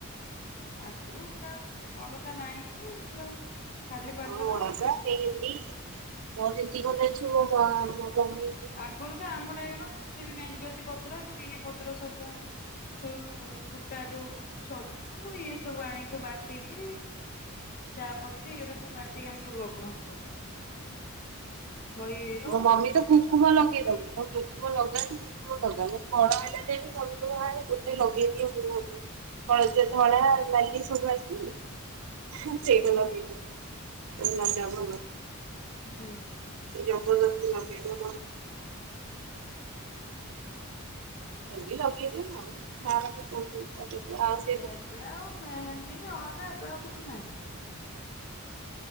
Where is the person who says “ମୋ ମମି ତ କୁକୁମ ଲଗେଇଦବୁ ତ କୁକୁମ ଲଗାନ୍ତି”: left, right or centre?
Right